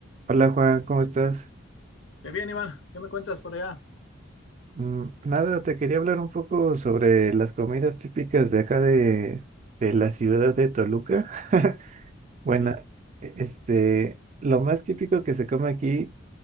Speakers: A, on the right; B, on the left.
A: Hola Juan, ¿cómo estás?
B: Qué bien, Iván. ¿Qué me cuentas por allá?
A: Mm, nada, te quería hablar un poco sobre las comidas típicas de acá de, de la ciudad de Toluca. <laughs> Bueno,
B: Eh,
A: e- este, lo más típico que se come aquí